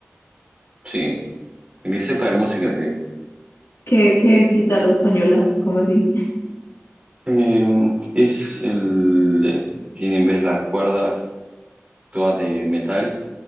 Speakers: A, on the right; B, on the left.
A: sí, el que sepa de música, sí.
B: ¿Qué, qué es guitarra española? ¿Cómo así?
A: Eh, es el, tiene en vez las cuerdas todas de metal